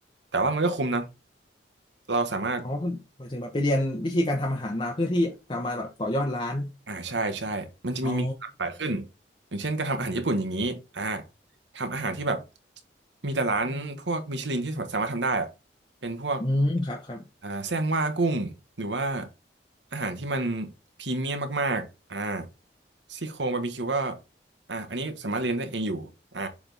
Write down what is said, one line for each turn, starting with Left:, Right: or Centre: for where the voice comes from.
Right: แต่ว่ามันก็คุ้มนะเราสามารถ
Left: อ๋อคือหมายถึงแบบไปเรียนวิธีการทำอาหารมาเพื่อที่จะมาแบบต่อยอดร้าน
Right: อ่าใช่ใช่ มันจะมีเมนูหลากหลายขึ้น
Left: อ๋อ
Right: อย่างเช่นการทำอาหารญี่ปุ่นอย่างนี้อ่าทำอาหารที่แบบมีแต่ร้านพวกมิชลินที่สามารถทำได้อะเป็นพวก
Left: อืมครับครับ
Right: อ่าแซงว่ากุ้ง หรือว่าอาหารที่มันพรีเมียมมากๆอ่าซี่โครงบาร์บีคิวก็อ่าอันนี้สามารถเรียนได้เองอยู่อ่า